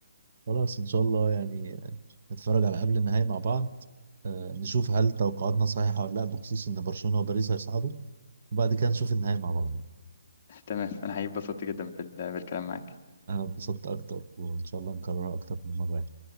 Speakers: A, on the right (about 35°); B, on the left (about 25°).
A: خلاص ان شاء الله يعني نتفرج على قبل النهائي مع بعض آه، نشوف هل توقعاتنا صحيحة ولا لا بخصوص ان برشلونة وباريس هيصعدوا وبعد كده نشوف النهائي مع بعض
B: <laughs> تمام أنا هيبسطت جدا بال... بالكلام معاك
A: انا اتبسطت اكتر وان شاء الله نكررها اكتر من مرة يعني.